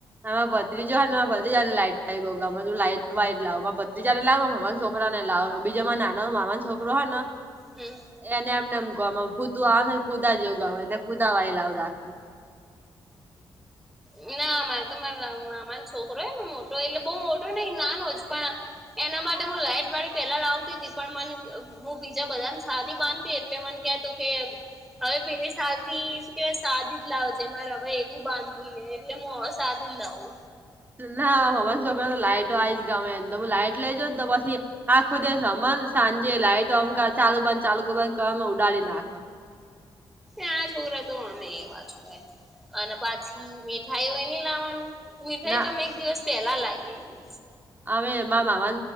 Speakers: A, on the right; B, in the centre.
A: હ ભત્રીજો જો હન બધી જાત ની લાઈટ થાઈ લાઈટ વાળી જ લાવું. બીજાને લાવ મામાન છોકરા ને લાવ બીજામાં નાનો મામાન છોકરો હો ને
B: હમ
A: એને એમન એમ એમ ગમ ફુુંદુ આવ ફુદા જેવું ગમે એટલે ફુદા વાળી લાવું રાખડી
B: હમ ના મારે તો મારા મામા છોકરો હો મોટો એટલે બઉુ મોટો ને નાનો જ પણ એના માટે હું લાઈટ વાળી પેલા લાવતી હતી પણ મને હું બીજા બધાને સાદી બાંધુ એટલે મને કેતો કે હવે પેલી સાલ થી શું કેવાય સાદી જ લાવ છે મારે હવે બાંધી એટલે હું હવે સાદી જ લાગુ
A: ના અમારા છોકરા તો લાઈટ વાળી જ ગમે એન તો લાઈટ લઈ જવ ન તો પછી આખો દિવસ હમ સાંજે લાઈટ અમ ચાલુ બંધ ચાલુ કર ઉડાડી નાખે
B: આ છોકરા તો અમે એવા જ હોય અને પછી મીઠાઈ એ ન લાવવાની મીઠાઈ
A: ના
B: તો અમે એક દિવસ પેલા લાઈએ
A: અમે માર મામા